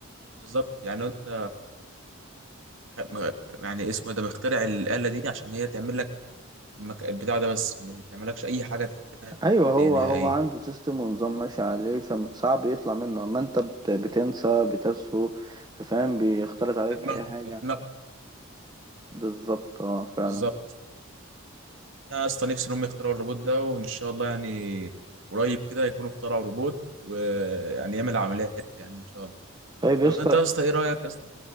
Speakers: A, on the right; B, on the right.
A: بالظبط يعني لو انت م- يعني اسمه إيه ده مخترع الآلة دي عشان هي تعمل لك المك... البتاع ده بس ما تعملكش أي حاجة
B: ايوه
A: تانية
B: هو
A: نهائية
B: هو عنده سيستم ونظام ماشي عليه فصعب يطلع منه اما انت بت- بتنسى بتسهو أنت فاهم بيختلط عليك
A: دماغك
B: اي حاجة
A: دماغك
B: بالظبط اه فعلا
A: بالظبط انا اصلا نفسي ان هم يخترعوا الروبوت ده وان شاء الله يعني قريب كده يكونوا اخترعوا روبوت ويعني يعمل عمليات يعني ان شاء الله
B: طيب
A: طب
B: يا اسطى
A: انت يا اسطى ايه رايك يا اسطى